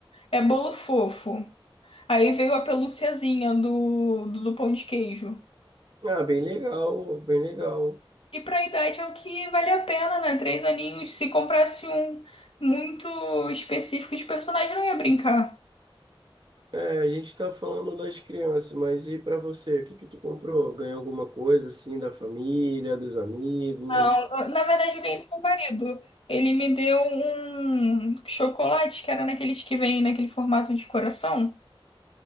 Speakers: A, on the left; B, on the right.
A: É bolo fofo. Aí veio a pelúciazinha do, do, do pão de queijo.
B: Ah, bem legal, bem legal.
A: E pra idade é o que vale a pena, né? Três aninhos. Se comprasse um muito específico de personagem, eu não ia brincar.
B: É, a gente tá falando das crianças, mas e para você? O que que tu comprou? Ganhou alguma coisa assim da família, dos amigos?
A: Não, eu- na verdade, eu ganhei do meu marido. Ele me deu um chocolate, que era naqueles que vem naquele formato de coração.